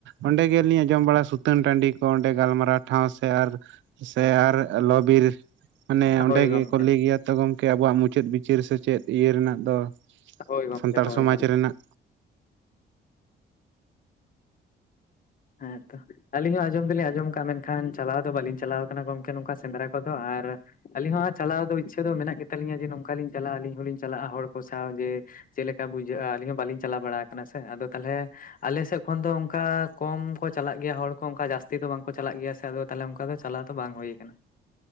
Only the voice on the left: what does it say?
ᱦᱳᱭ
ᱜᱚᱢᱠᱮ
ᱦᱳᱭ ᱜᱚᱢᱠᱮ
ᱦᱳᱭ
ᱦᱳᱭ
ᱦᱮᱸ ᱛᱚ᱾ ᱟᱹᱞᱤᱧ ᱦᱚᱸ ᱟᱸᱡᱚᱢ ᱫᱚᱞᱤᱧ ᱟᱸᱡᱚᱢ ᱠᱟᱜᱼᱟ, ᱢᱮᱱᱠᱷᱟᱱ ᱪᱟᱞᱟᱣ ᱫᱚ ᱵᱟᱹᱞᱤᱧ ᱪᱟᱞᱟᱣ ᱠᱟᱱᱟ ᱜᱚᱝᱠᱮ ᱱᱚᱝᱠᱟ ᱥᱮᱸᱫᱽᱨᱟ ᱠᱚᱫᱚ ᱟᱨ ᱟᱹᱞᱤᱧ ᱦᱚᱸ ᱦᱟᱸᱜ ᱪᱟᱞᱟᱣ ᱤᱪᱪᱷᱟᱹ ᱫᱚ ᱢᱮᱱᱟᱜ ᱜᱮ ᱛᱟᱹᱞᱤᱧᱟ ᱡᱮ ᱱᱚᱝᱠᱟᱞᱤᱧ ᱪᱟᱞᱟᱜᱼᱟ ᱟᱹᱞᱤᱧ ᱦᱚᱸᱞᱤᱧ ᱪᱟᱞᱟᱜᱼᱟ᱾ ᱦᱚᱲ ᱠᱚ ᱥᱟᱶ ᱡᱮ ᱪᱮᱜ ᱞᱮᱠᱟ ᱵᱩᱡᱟᱹᱜᱼᱟ ᱟᱹᱞᱤᱧ ᱦᱚᱸ ᱵᱟᱞᱤᱧ ᱪᱟᱞᱟᱣ ᱵᱟᱲᱟ ᱠᱟᱱᱟ ᱥᱮ ᱟᱫᱚ ᱛᱟᱦᱚᱞᱮ ᱟᱞᱮ ᱥᱮᱜ ᱠᱷᱚᱱ ᱫᱚ ᱚᱝᱠᱟ ᱠᱚᱢ ᱠᱚ ᱪᱟᱞᱟᱜ ᱜᱮᱭᱟ ᱦᱚᱲ ᱠᱚ ᱚᱝᱠᱟ ᱡᱟᱹᱥᱛᱤ ᱫᱚ ᱵᱟᱝ ᱠᱚ ᱪᱟᱞᱟᱜ ᱜᱮᱭᱟ ᱥᱮ ᱟᱫᱚ ᱛᱟᱦᱞᱮ ᱚᱝᱠᱟ ᱫᱚ ᱪᱟᱞᱟᱣ ᱫᱚ ᱵᱟᱝ ᱦᱳᱭ ᱠᱟᱱᱟ᱾